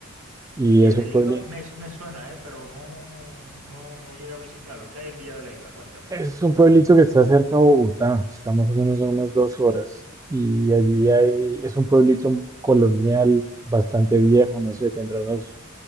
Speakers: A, on the right; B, on the right.
A: y
B: Villa
A: es
B: de
A: un
B: Leiva
A: pueblito
B: me, me suena, eh, pero no, no, no, no llegué a visitarlo. ¿Qué hay en Villa de Leiva? Cuéntame.
A: Es un pueblito que está cerca de Bogotá, está más o menos a unas dos horas. Y allí
B: Ujú.
A: hay, es un pueblito colonial bastante viejo, no sé, tendrá unos